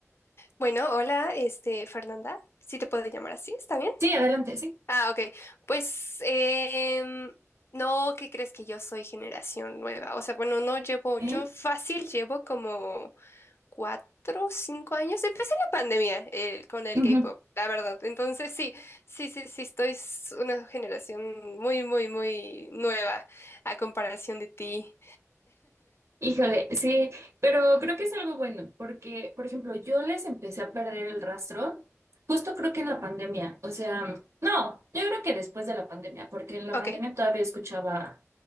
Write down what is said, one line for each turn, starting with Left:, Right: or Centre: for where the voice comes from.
Left: Bueno, hola, este, Fernanda, si te puedo llamar así, ¿está bien?
Right: Sí, adelante, sí.
Left: Ah, ok. Pues, em, no, ¿qué crees que yo soy generación nueva? O sea, bueno, no llevo,
Right: ¿Eh?
Left: yo fácil llevo como cuatro, cinco años. Empecé la pandemia eh, con el
Right: Ujú.
Left: K-pop, la verdad. Entonces, sí, sí, sí, sí, estoy s- una generación muy, muy, muy nueva a comparación de ti.
Right: Híjole, sí, pero creo que es algo bueno, porque, por ejemplo, yo les empecé a perder el rastro justo creo que en la pandemia, o sea, no, yo creo que después de la pandemia, porque en la
Left: Ok,
Right: pandemia todavía escuchaba